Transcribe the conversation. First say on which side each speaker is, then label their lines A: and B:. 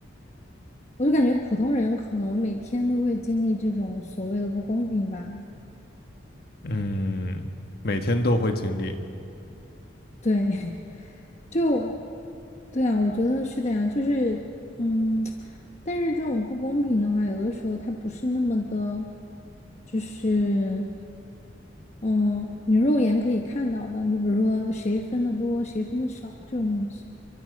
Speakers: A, on the left (about 35°); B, on the left (about 50°).
A: 我就感觉普通人可能每天都会经历这种所谓的不公平吧。
B: 嗯，每天都会经历。
A: 对，<laughs> 就对啊，我觉得是的呀，就是嗯，但是这种不公平的话，有的时候它不是那么的，就是嗯，你肉眼可以看到的，你就比如说谁分的多，谁分的少这种东西。